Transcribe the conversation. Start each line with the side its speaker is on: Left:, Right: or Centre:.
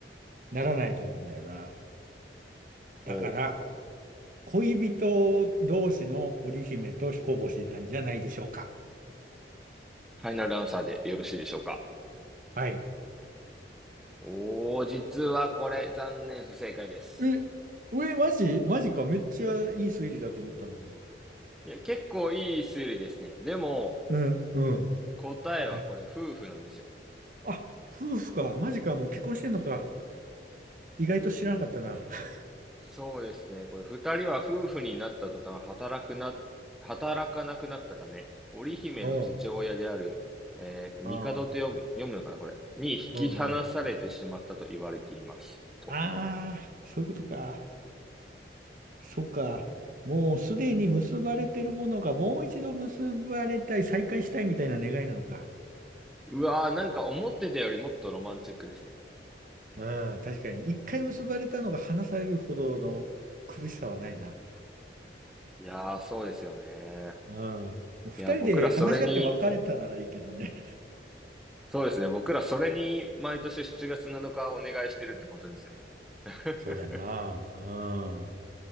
Right: ならないと思うんだよな。
Centre: ほう。
Right: だから、恋人同士の織姫と彦星なんじゃないでしょうか。
Centre: ファイナルアンサーでよろしいでしょうか
Right: はい。
Centre: おー、実はこれ、残念不正解です。
Right: え、え、マジマジか。めっちゃいい推理だと思ったのに。
Centre: いや、結構いい推理ですね。でも、
Right: うん、うん。
Centre: 答えはこれ、
Right: え、
Centre: 夫婦なんですよ。
Right: あ、夫婦か。マジか。もう結婚してんのか。意外と知らなかったな。<laughs>
Centre: そうですね。これ、二人は夫婦になった途端、働くな、働かなくなったため、織姫の父親である、
Right: うん。
Centre: えー帝と読む、
Right: ああ。
Centre: 読むのかな、これ。に引き離されてしまったと言われています。
Right: うんうん。
Centre: と。
Right: ああ、そういうことか。そうか。もうすでに結ばれてるものがもう一度結ばれたい、再会したいみたいな願いなのか。
Centre: うわー、なんか思ってたよりもっとロマンチックですね。
Right: うん、確かに。一回結ばれたのが離されるほどの苦しさはないな。
Centre: いやー、そうですよね。
Right: うん。もう二人で話し合って別れたならいいけどね。
Centre: いや、僕らそれに、そうですね。僕らそれに毎年7月7日お願いしてるってことですよね。<laughs>
Right: そうだな。